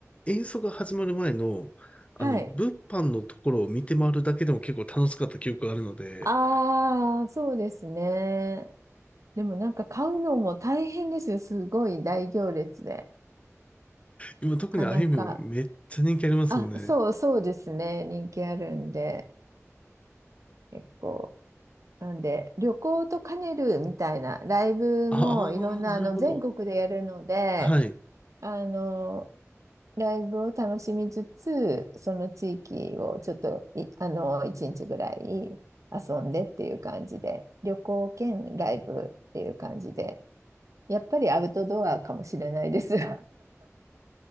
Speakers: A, on the left; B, on the right.
A: 演奏が始まる前の、あの、
B: はい。
A: 物販のところを見て回るだけでも結構楽しかった記憶があるので、
B: ああ、そうですね。でもなんか買うのも大変ですよ。すごい大行列で。
A: 今特にあいみょんめっちゃ人気ありますもんね。
B: なかなか。あ、そうそうですね。人気あるんで、結構。なんで、旅行と兼ねるみたいな、ライブもいろんな、
A: ああー、なるほど。
B: あの、全国でやるので、
A: はい。い
B: あの、ライブを楽しみつつ、その地域をちょっとい、あの、一日ぐらい遊んでっていう感じで、旅行兼ライブっていう感じで、やっぱりアウトドアかもしれないです。<laughs>